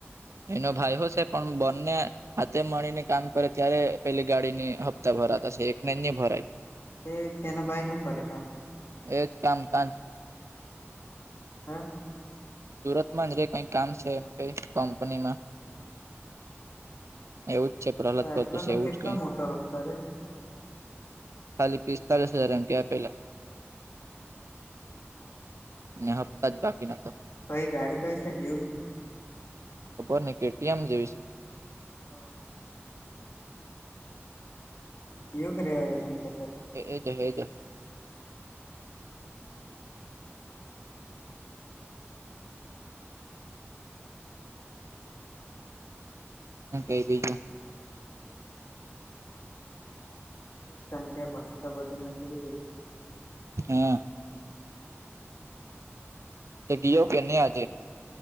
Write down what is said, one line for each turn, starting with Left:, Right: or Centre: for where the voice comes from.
Right: એનો ભાઈ હશે પણ બંને. હાતે મળીને કામ કરે ત્યારે પેલી ગાડીની હપ્તા ભરાતા છે એકને નહી ભરાય.
Left: તે તેનું ભાઈ હું કરે કામ.
Right: એજ કામ કાજ
Left: હા.
Right: સુરત માં જ કઈ કામ છે એમ કઈ કંપનીમાં એવું જ છે પ્રહલાદ કરતો
Left: એટલો
Right: છે
Left: તો
Right: એવું
Left: કેટલો
Right: જ કઈ.
Left: મોટો હપ્તો રે
Right: ખાલી પિસ્તાલીસ હજાર અંકે આપેલા.
Left: <inaudible>
Right: અને હપતા જ બાકીના તો.
Left: કઈ ગાડી કહી છે.
Right: ખબર ને કેટીએમ જેવી છે.
Left: હમ્મ. યયોગ રહ્ય એમ કેતો હતો.
Right: એ એ જ એ જ.
Left: <inaudible>
Right: હ કઈ બીજું.
Left: બીજું શું કે કઈ ક્યા પછી તો બધું મેં કહી દીધું.
Right: હમ્મ. તે ઘીયો કેને આજે.